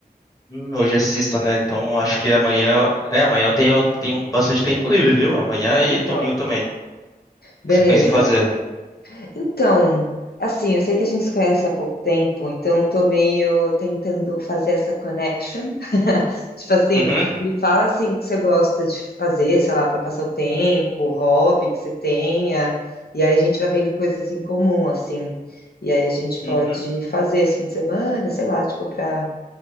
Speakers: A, on the left; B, on the left.
A: Hum, hoje é sexta, né? Então acho que amanhã. É, amanhã eu tenho, eu tenho bastante tempo livre, viu? Amanhã e domingo
B: Show.
A: também. O
B: Beleza.
A: que você pensa em fazer?
B: Então, assim, eu sei que a gente se conhece há pouco tempo, então eu tô meio tentando fazer essa connection Tipo assim,
A: Uhum.
B: me fala assim o que você gosta de fazer, sei lá, para passar o tempo, hobby que você tenha, e aí a gente vai vendo coisas em comum, assim. E aí a gente
A: Uhum.
B: pode fazer esse fim de semana, sei lá, tipo, para